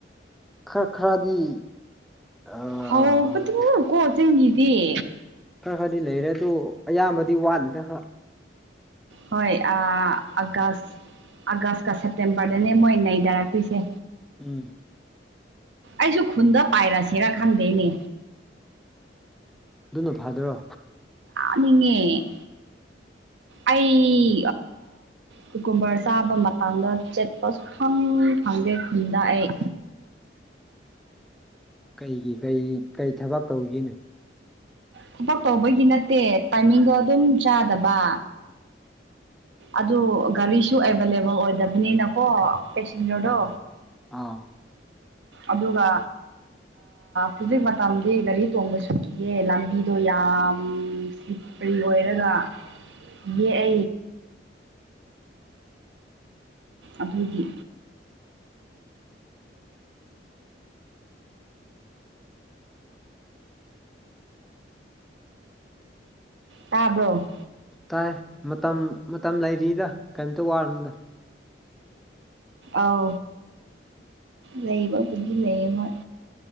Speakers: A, in the centre; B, on the right.
A: ꯈꯔ ꯈꯔꯗꯤ ꯑꯥ
B: ꯍꯥꯎ ꯄ ꯀꯣ ꯆꯪꯉꯗꯤꯦ
A: ꯈꯔ ꯈꯔꯗꯤ ꯂꯩꯔꯦ ꯑꯗꯨ ꯑꯌꯥꯝꯕꯗꯤ ꯋꯥꯠꯂꯤꯅ ꯈꯔ
B: ꯍꯣꯏ ꯑꯀꯥꯁ ꯑꯥꯒꯁꯀ ꯁꯦꯞꯇꯦꯝꯕꯔꯗꯅꯦ ꯃꯣꯏ ꯅꯩꯗꯥꯔꯛꯇꯣꯏꯁꯦ
A: ꯎꯝ
B: ꯑꯩꯁꯨ ꯈꯨꯟꯗ ꯄꯥꯏꯔꯁꯤꯔ ꯈꯪꯗꯦꯅꯦ
A: ꯑꯗꯨꯅ ꯐꯥꯗꯔꯣ
B: ꯃꯤꯉꯦ
A: <inaudible>
B: ꯑꯩ ꯀꯨꯀꯨꯝꯕꯔ ꯆꯥꯕ ꯃꯇꯥꯡꯗ ꯆꯦꯠꯄ ꯁꯨꯊꯪ ꯊꯪ ꯈꯨꯟꯗ ꯑꯩ
A: ꯀꯩꯒꯤ ꯀꯩ ꯀꯩ ꯊꯕꯛ ꯇꯧꯈꯤꯅꯣ
B: ꯊꯕꯛ ꯇꯧꯕꯒꯤ ꯅꯠꯇꯦ ꯇꯥꯏꯃꯤꯡꯗꯣ ꯑꯗꯨꯝ ꯆꯥꯗꯕ ꯑꯗꯨ ꯒꯥꯔꯤꯁꯨ ꯑꯦꯚꯏꯂꯦꯕꯜ ꯑꯣꯏꯗꯕꯅꯤꯅꯀꯣ ꯄꯦꯁꯦꯟꯖꯔꯗꯣ
A: ꯎꯝ ꯑꯥ
B: ꯑꯗꯨꯒ ꯍꯧꯖꯤꯛ ꯃꯇꯝꯗꯤ ꯒꯥꯔꯤ ꯇꯣꯡꯕꯁꯨ ꯀꯤꯌꯦ ꯂꯝꯕꯤꯗꯣ ꯌꯥꯝ ꯀꯔꯤ ꯑꯣꯏꯔꯒ ꯌꯦꯛꯑ ꯑꯗꯨꯒꯤ ꯇꯥꯕ꯭ꯔꯣ
A: ꯇꯥꯏ ꯃꯇꯝ ꯃꯇꯝ ꯂꯩꯔꯤꯗ ꯀꯔꯤꯝꯇ ꯋꯥꯔꯅꯨꯗ
B: ꯑꯥꯎ ꯂꯩꯏꯕ ꯑꯗꯨ ꯂꯩꯏꯍꯣꯏ